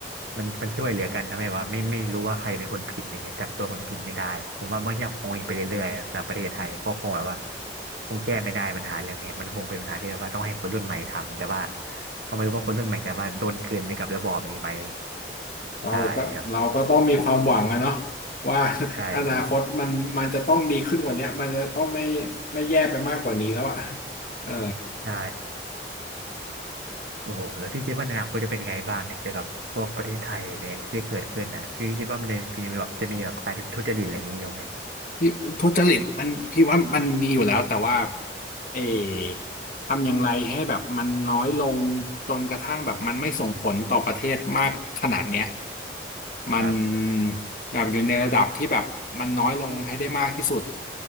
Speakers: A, on the right (about 75°); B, on the left (about 50°).
A: มันมันช่วยเหลือกันทำให้ว่าไม่ไม่รู้ว่าใครเป็นคนผิดอะไรเงี้ยจับตัวคนผิดไม่ได้ผมว่ามันยังคงอีกไปเรื่อยๆสำหรับประเทศไทยก็คงแบบว่าคงแก้ไม่ได้ปัญหาเรื่องนี้มันคงเป็นปัญหาที่แบบว่าต้องให้คนรุ่นใหม่ทำแต่ว่าก็ไม่รู้ว่าคนรุ่นใหม่จะว่าโดนกลืนไปกับระบอบนี้ไหม
B: เราก็เราก็ต้องมีความหวังอะเนาะ
A: ใช่ครับ
B: ว่า <laughs>
A: ใช่ครับ
B: อนาคตมันมันจะต้องดีขึ้นกว่าเนี้ยมันจะต้องไม่ไม่แย่ไปมากกว่านี้แล้วอะเออ
A: ใช่โอ้โหแล้วพี่คิดว่าในอนาคตจะเป็นไงบ้างเนี่ยเกี่ยวกับพวกประเทศไทยเนี่ยที่จะเกิดขึ้นน่ะพี่คิดว่ามันจะมีแบบจะมีแบบการทุจริตอะไรอย่างนี้อยู่ไหม
B: พี่ทุจริตมันพี่ว่ามันมีอยู่แล้วแต่ว่าเออทำอย่างไรให้แบบมันน้อยลงจนกระทั่งแบบมันไม่ส่งผลต่อประเทศมากขนาดเนี้ยมัน
A: ครับ
B: แบบอยู่ในระดับที่แบบมันน้อยลงให้ได้มากที่สุด